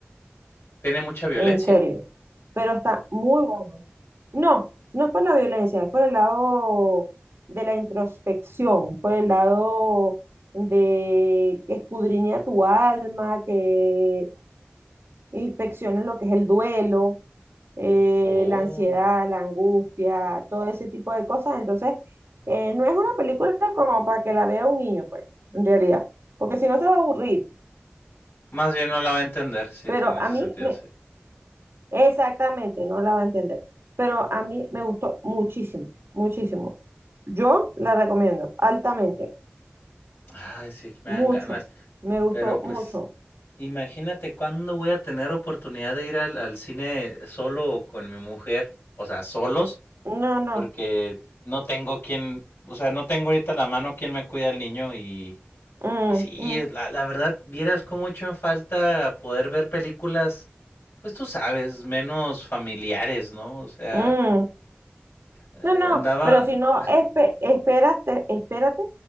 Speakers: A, on the left; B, on the right.
A: Tiene mucha violencia.
B: en serio. Pero está muy bueno No, no es por la violencia, es por el lado de la introspección, por el lado de que escudriña tu alma, que inspeccione lo que es el duelo, eh,
A: Oh.
B: la ansiedad, la angustia, todo ese tipo de cosas. Entonces, eh, no es una película como para que la vea un niño, pues, en realidad, porque si no se va a aburrir.
A: Más bien no la va a entender, sí,
B: Pero
A: tiene
B: a
A: ese
B: mí
A: sentido,
B: me,
A: sí.
B: exactamente, no la va a entender. Pero a mí me gustó muchísimo, muchísimo. Yo la recomiendo altamente,
A: Ay, sí, me
B: mucho.
A: dan ganas.
B: Me gustó
A: Pero pues
B: mucho.
A: Imagínate cuándo voy a tener oportunidad de ir al, al cine solo o con mi mujer, o sea, solos,
B: No, no.
A: porque no tengo quien, o sea, no tengo ahorita a la mano quien me cuida al niño y,
B: Mm,
A: y sí,
B: mm,
A: la, la verdad, vieras cómo he hecho en falta poder ver películas, pues tú sabes, menos familiares, ¿no? O sea,
B: mm.
A: eh,
B: No, no,
A: andaba,
B: pero si no, espe- esperaste, espérate